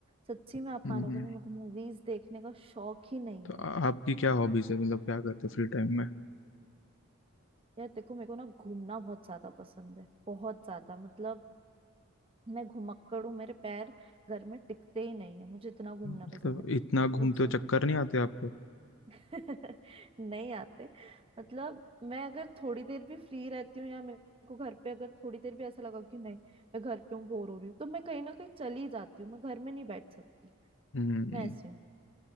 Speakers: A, on the right (about 25°); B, on the left (about 60°).
A: सच्ची में आप
B: हम्म,
A: मानोगे नहीं मेरे को मूवीज देखने का शौक ही नहीं
B: तो
A: है
B: आ- आपकी क्या हॉबीज है मतलब क्या करते हो फ्री टाइम में
A: यार देखो मेरे को ना घूमना बहुत ज्यादा पसंद है बहुत ज्यादा मतलब मैं घुमक्कड़ हूँ मेरे पैर घर में टिकते ही नहीं है मुझे इतना घूमना
B: मतलब
A: पसंद है
B: इतना घूमते
A: मुझे
B: हो चक्कर नहीं आते आपको
A: <laughs> नहीं आते मतलब मैं अगर थोड़ी देर भी फ्री रहती हूँ या मेरे को घर पे अगर थोड़ी देर भी ऐसा लगा कि नहीं मैं घर पे हूँ बोर हो रही हूँ तो मैं कहीं ना कहीं चली जाती हूँ मैं घर में नहीं बैठ सकती
B: हम्म
A: मैं ऐसी हूँ